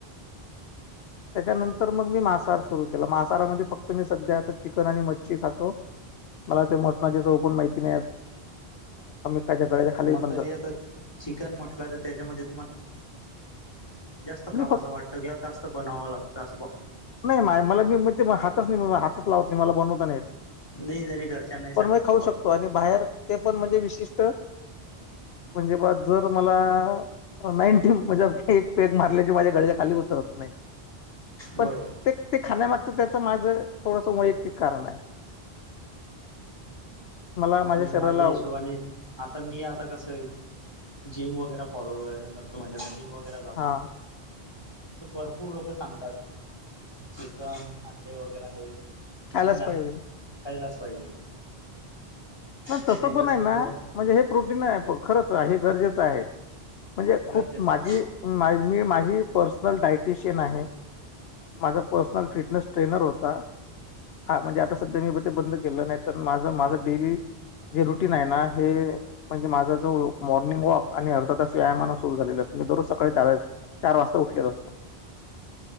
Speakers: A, on the left (about 75°); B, on the left (about 25°).
A: त्याच्यानंतर मी मांसाहार सुरू केला मासाारमध्ये फक्त मी. चिकन आणि मच्छी खातो. मला मटणाची चव हे अजून माहिती नाही. काच्या गळ्याच्या खाली
B: मग
A: बनतात
B: तर आता चिकन म्हटलं तर त्याच्यामध्ये. जास्त खावासं
A: मी फक्त
B: वाटतं किंवा जास्त बनवायचं वाटतं
A: नाही मा मला मी हातच नाही हातच लावत नाही मला बनवता नाही येत
B: नाही जरी घरच्यांनाही सांगितलं
A: <unintelligible> पण हे खाऊ
B: बा
A: शकतो आणि बाहेर ते पण विशिष्ट अ म्हणजे मग जर मला नाईन टी म्हणजे एक पेग मारले माझ्या घश्यात <unintelligible> खाली उतरत नाही पण
B: बरोबर
A: ते ते खाण्यामागे त्याच माझं थोडस वैयक्तिक कारण आहे मला शरीराला
B: माझ्या हिशोबाने आता मी आता कस आहे जिम वगैरे फॉलो वगैरे करतो म्हणजे आ जिम वगैरे जातो
A: हा
B: तर भरपूर लोक सांगतात चिकन अंडे वगैरे आहेत
A: खायलाच
B: तुम्ही
A: पाहिजे
B: खायलाच पाहिजे.
A: नाही
B: त्याच्याने
A: तसं पण
B: कसं
A: आहे ना,
B: थोडं
A: म्हणजे हे प्रोटीन आहे आपलं खरंच हे गरजेचं आहे. म्हणजे खूप
B: गरजेचं
A: माझी
B: आहे
A: मी माझी पर्सनल डायटिशियन आहे. माझा पर्सनल फिटनेस ट्रेनर होता हा म्हणजे आता सध्या मी ते बंद केलं नाही तर माझं माझं
B: हा
A: डेली रुटीन आहे ना हे म्हणजे माझा जो मॉर्निंग वॉक आणि अर्ध तास व्याया सु झा तुम्ही दररोज सकाळी चार चार वाजता उलेला असतो